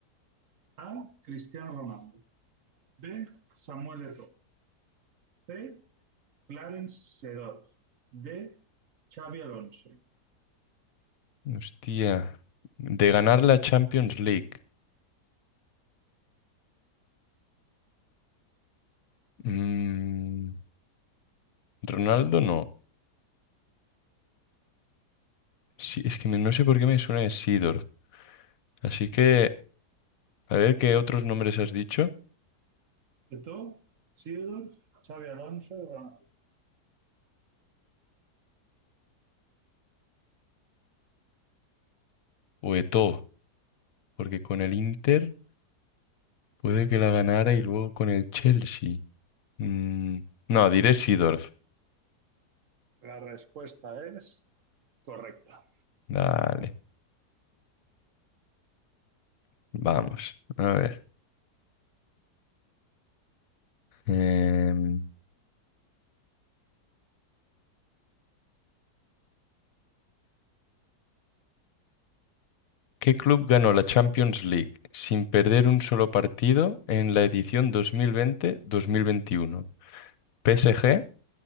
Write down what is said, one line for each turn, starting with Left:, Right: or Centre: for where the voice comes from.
Right: A. Cristiano Ronaldo. B. Samuel Eto'o. C. Clarence Seedorf. D. Xavi Alonso.
Left: Hostia. De ganar la Champions League. Mm, Ronaldo no. Sí, es que me- no sé por qué me suena de Sidorf. Así que, a ver qué otros nombres has dicho.
Right: Eto'o, Seedorf, Xavi Alonso, Ronaldo.
Left: o de todo, porque con el Inter puede que la ganara y luego con el Chelsea. Mm, no, diré Seedorf.
Right: La respuesta es correcta.
Left: Dale, vamos. A ver. Em, ¿qué club ganó la Champions League sin perder un solo partido en la edición 2020-2021? ¿PSG,